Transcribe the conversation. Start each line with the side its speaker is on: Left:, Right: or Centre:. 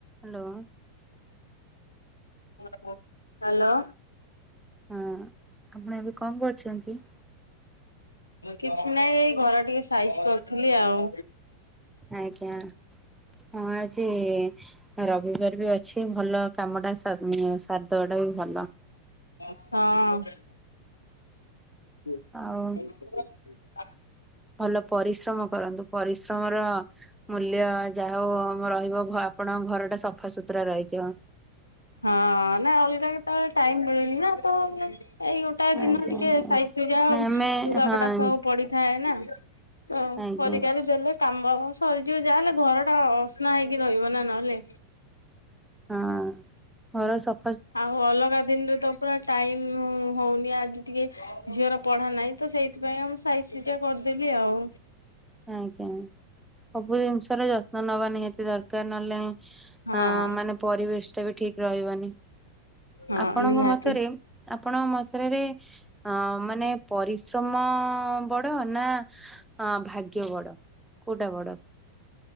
Centre: Hello.
Left: Hello.
Centre: ହଁ, ଆପଣ ଏବେ କଣ କରୁଛନ୍ତି?
Left: କିଛି ନାଇଁ ଏଇ ଘର ଟିକେ ସାଇଜ କରୁଥିଲି ଆଉ।
Centre: ଆଜ୍ଞା। ହଁ ଆ ଜି ଇ ରବିବାର ବି ଅଛି ଭଲ କାମଟା ସାର ଇଁ ସାରିଦବା ଟା ବି ଭଲ।
Left: ହଁ। ହୁଁ
Centre: ଆଉ
Left: <unintelligible>
Centre: ଭଲ ପରିଶ୍ରମ କରନ୍ତୁ। ପରିଶ୍ରମର ମୂଲ୍ୟ ଯାହା ହଉ ରହିବ ଆପଣଙ୍କ ଘରଟା ସଫାସୁତୁରା ରହିଯିବ।
Left: ହଁ, ନାଇଁ ଅଲଗା କେତବେଳେ ଟାଇମ ମିଳେନି ନା। ତ ଏଇ ଗୋଟା ଦିନ
Centre: ଆଜ୍ଞା
Left: ଟିକେ
Centre: ଆଜ୍ଞା।
Left: ସାଇଜ ସୁଜା
Centre: ନା ଆମେ
Left: ଲୁଗାପଟା
Centre: ହଁ
Left: ସବୁ ପଡିଥାଏ ନା। ହଁ,
Centre: ଆଜ୍ଞା
Left: କରି କାରି ଦେଲେ କାମ ଫାମ ସରିଯିବ ଯାହା ହେଲେ ଘରଟା ଅସନା ହେଇକି ରହିବ ନା ନହେଲେ।
Centre: ହଁ, ଘର ସ
Left: ଆଉ ଅଲଗା ଦିନରେ ତ ପୁରା ଟାଇମ ହଉନି ଆଜି ଟିକେ ଝିଅର ପଢା ନାହିଁ ତ, ସେଇଥିପାଇଁ ମୁଁ ସାଇଜ ସୁଜା କରଦେଲିି ଆଉ।
Centre: ଆଜ୍ଞା। ସବୁ ଜିନଷର ଯତ୍ନ ନବା ନିହାତି ଦରକାର ନହେଲେ
Left: ହଁ।
Centre: ଆଁ ମାନେ ପରିବେଶ ଟା ବି ଠିକ ରହିବନି।
Left: ହଁ
Centre: ଆପଣଙ୍କ
Left: ନିହାତି
Centre: ମତରେ ଆପଣଙ୍କ ମ <unintelligible> ଅଁ ମାନେ ପରିଶ୍ରମ ବଡ ନା ଭା ଗ୍ୟ ବଡ, କୋଉଟା ବଡ?